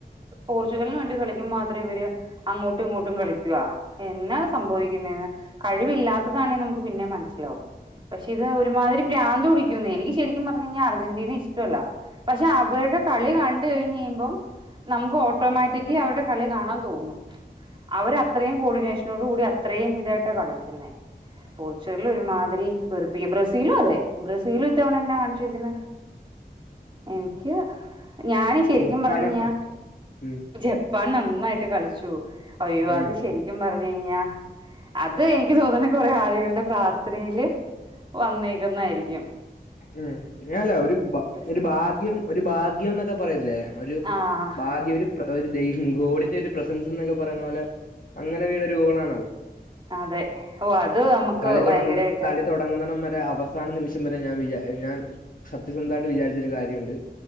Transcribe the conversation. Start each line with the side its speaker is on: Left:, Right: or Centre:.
Right: പോർച്ചുഗലിന് വേണ്ടി കളിക്കുബം മാത്ര ഇവര് അങ്ങോട്ടും ഇങ്ങോട്ടും കളിക്കുവാ എന്നാ സംഭവിക്കുന്നേന്ന് കഴിവില്ലാത്തതാണെ നമുക്ക് പിന്നേം മനസ്സിലാവും പക്ഷെ ഇത് ഒരുമാതിരി പ്രാന്ത് പിടിക്കുന്നേ എനിക്ക് ശരിക്കും പറഞ്ഞു കഴിഞ്ഞാ അർജന്റീനേ ഇഷ്ടല്ല പക്ഷെ അവരുടെ കളി കണ്ട് കഴിഞ്ഞ് കഴിയുമ്പം നമുക്ക് ഓട്ടോമാറ്റിക്കലി അവരുടെ കളി കാണാൻ തോന്നും അവര് അത്രയും കോഡിനേഷനോട് കൂടി അത്രയും ഇതായിട്ട കളിക്കുന്നേ പോർച്ചുഗല് ഒരുമാതിരി വെറുപ്പിക്ക ബ്രസീലും അതെ ബ്രസീല് ഇത്തവണ എന്നാ കാണിച്ചുവെക്കുന്നെ എനിക്ക് ഞാന് ശരിക്കും
Left: ജപ്പാന
Right: പറഞ്ഞുഴിഞ്ഞാ
Left: ഉം,
Right: ജപ്പ് പൻ നന്നായിട്ട് കളിച്ചു അയ്യോ
Left: ഉം,
Right: അത് ശരിക്കും പറഞ്ഞു കഴിഞ്ഞാ അത് എനിക്ക് തോന്നന കൊറേ ആളുകളുടെ പ്രാർത്ഥനയില് വന്നേക്കുന്നായിരിക്കും
Left: ഉം ഇല്ലല്ല ഒരു ഭ
Right: ബ്രസീൽ
Left: ഒരു ഭാഗ്യം ഒരു ഭാഗ്യന്നൊക്കെ പറയില്ലേ ഒരു
Right: ആഹ്
Left: ഭാഗ്യം ഒരു പ്ര ഒരു ദൈവി ഗോടിന്റെ ഒരു പ്രസൻസ് ന്നൊക്കെ പറയുന്ന പോലെ അങ്ങനെ വീണോരു ഗോളാണത്
Right: അതെ ഓ അത് നമുക്ക്
Left: കളി
Right: ഭയങ്കരായിട്ട്
Left: തുടങ്ങന്ന കളി തുടങ്ങുന്നടം വരെ അവസാന നിമിഷം വരെ ഞാൻ വിചാ ഞാൻ സത്യസന്ധമായിട്ട് വിചാരിച്ചൊരു കാര്യമുണ്ട്